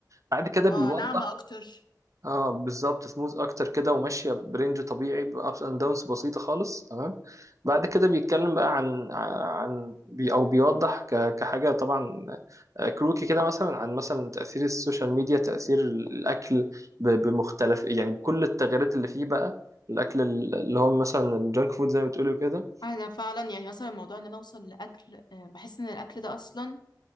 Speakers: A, on the right (about 45°); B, on the left (about 80°).
A: بعد كده
B: آه،
A: بيوضح
B: ناعمة أكتر
A: اه بالظبط سموث اكتر كده وماشيه برينج طبيعي بابس اند داونز بسيطه خالص تمام بعد كده بيتكلم بقى عن عن بي او بيوضح ك- كحاجه طبعا آه، كروكي كده مثلا عن مثلا تاثير السوشيال ميديا تاثير الاكل ب- بمختلف يعني بكل التغيرات اللي فيه بقى الاكل ال- اللي هو مثلا الجانك فود زي ما بتقولوا كده
B: أنا فعلا يعني مثلا موضوع إن أنا أوصل لأكل آه، بحس إن الأكل ده أصلا